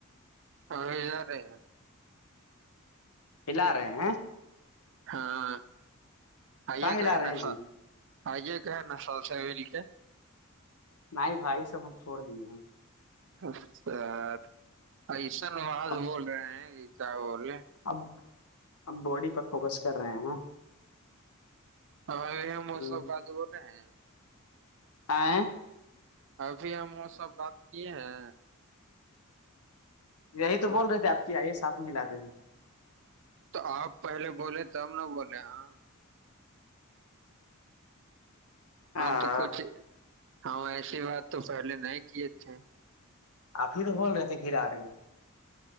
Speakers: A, on the right; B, on the left.
A: ہاںارے
B: ہلا رہے ہیں
A: ہاں آ
B: کا
A: یہ
B: ہلا
A: کہ ہے
B: رہے
A: نسا
B: ہیں جی
A: آئیے کہ نا سل سے مل کے
B: نہیں بھائی سب ہم چھوڑ دیئےے ہیں
A: اچھا ایشن واز
B: اب
A: بول رہے ہیں ج کیا بولے
B: اب اب باڈی پر فوکس کر رہے ہیں
A: ہ اور یہاں
B: ہیں
A: موسم بد وہ ن ہے
B: آئیں
A: ابھی ہم وہ سب بات کیے ہیں
B: یہی تو
A: ہاں
B: بول رہے تھے آپ کی آئیے ساتھ میں ملا دیں گے
A: تو آپ پہلے بولے تب نہ بولے ہاں
B: ہاں
A: ہم تو کچھ ہاں ایسی بات تو پہلے نہیں کیے تھے
B: آپ ہی تو بول رہے تھے گھر آ رہے ہیں